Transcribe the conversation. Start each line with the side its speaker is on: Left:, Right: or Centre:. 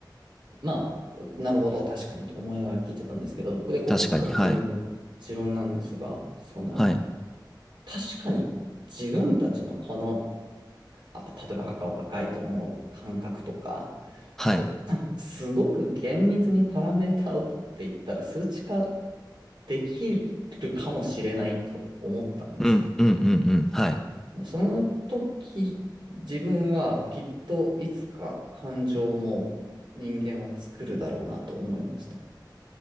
Right: まあ、なるほど、確かにと思いながら聞いてたんですけど、で、ここからが自分の持論なんですが、
Centre: 確かに、はい。
Right: その、
Centre: はい。
Right: 確かに自分たちのこの、あ、例えば赤を赤いと思う感覚とか、
Centre: はい。
Right: そんな、すごく厳密にパラメータを取っていったら数値化できるかもしれないと思ったんです
Centre: うんうんうんうん。はい。
Right: よ。その時、自分はきっといつか感情も人間は作るだろうなと思いましたね。